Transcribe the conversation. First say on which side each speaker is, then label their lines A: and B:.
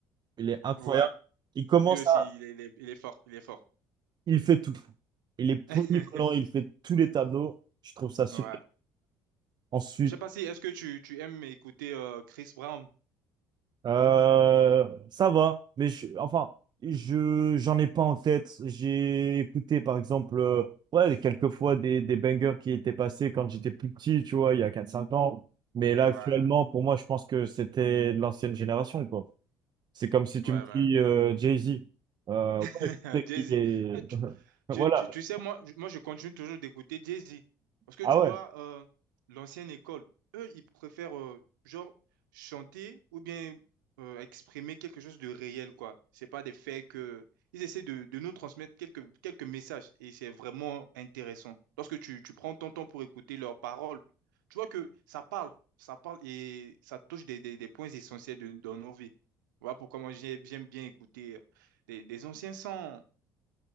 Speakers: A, on the right; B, on the right.
A: Il est incroyable.
B: Ouais,
A: Il commence
B: lui aussi,
A: à...
B: il est, il est, il est fort, il est fort.
A: Il fait tout. Il est polyvalent,
B: <laughs>
A: il fait tous les tableaux. Je trouve ça super.
B: Ouais.
A: Ensuite,
B: Je sais pas si, est-ce que tu, tu aimes écouter euh, Chris Brown?
A: euh, ça va, mais je, enfin, je, j'en ai pas en tête. J'ai écouté, par exemple, euh, ouais, quelques fois des, des bangers qui étaient passés quand j'étais plus petit, tu vois, il y a quatre cinq ans. Mais là,
B: Ouais,
A: actuellement, pour moi, je pense que c'était de l'ancienne génération, quoi. C'est comme si tu
B: ouais,
A: me dis
B: ouais.
A: euh, Jay-Z. Euh, ouais,
B: <laughs>
A: je sais
B: Jay-Z.
A: qu'il est...
B: Eh, Tu,
A: <laughs> Voilà.
B: tu, tu, tu sais, moi, je- moi, je continue toujours d'écouter Jay-Z. Parce que
A: Ah
B: tu
A: ouais.
B: vois, euh, l'ancienne école, eux, ils préfèrent, euh, genre, chanter ou bien euh, exprimer quelque chose de réel, quoi. C'est pas des faits que... Ils essaient de, de nous transmettre quelques, quelques messages et c'est vraiment intéressant. Lorsque tu, tu prends ton temps pour écouter leurs paroles, tu vois que ça parle, ça parle et ça touche des, des, des points essentiels de, dans nos vies. Voilà pourquoi moi, j'ai- j'aime bien écouter euh, des, des anciens sons.